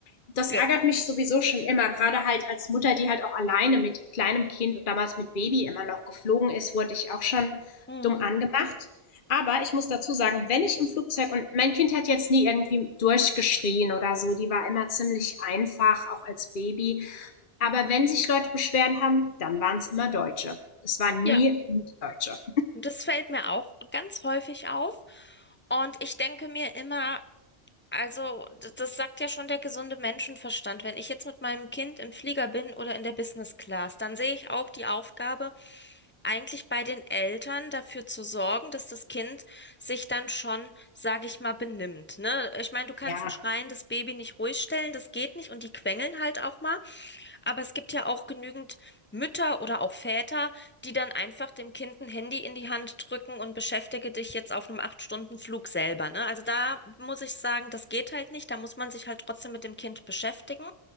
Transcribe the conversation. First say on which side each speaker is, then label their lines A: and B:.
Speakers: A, on the left; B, on the left.
A: das
B: Ge
A: ärgert mich sowieso schon immer, gerade halt als Mutter, die halt auch alleine mit kleinem Kind und damals mit Baby immer noch geflogen ist, wurde ich auch schon
B: mhm.
A: dumm angemacht. Aber ich muss dazu sagen, wenn ich im Flugzeug und mein Kind hat jetzt nie irgendwie durchgeschrien oder so, die war immer ziemlich einfach, auch als Baby. Aber wenn sich Leute Beschwerden haben, dann waren es immer Deutsche. Es waren
B: Ja,
A: nie Deutsche.
B: das fällt mir auch ganz häufig auf. Und ich denke mir immer, Also, d- das sagt ja schon der gesunde Menschenverstand. Wenn ich jetzt mit meinem Kind im Flieger bin oder in der Business Class, dann sehe ich auch die Aufgabe, eigentlich bei den Eltern dafür zu sorgen, dass das Kind sich dann schon, sage ich mal, benimmt. Ne? Ich meine, du kannst
A: Ja,
B: ein schreiendes Baby nicht ruhig stellen, das geht nicht und die quengeln halt auch mal. Aber es gibt ja auch genügend Mütter oder auch Väter, die dann einfach dem Kind ein Handy in die Hand drücken und beschäftige dich jetzt auf einem Acht-Stunden-Flug selber, ne? Also da muss ich sagen, das geht halt nicht. Da muss man sich halt trotzdem mit dem Kind beschäftigen.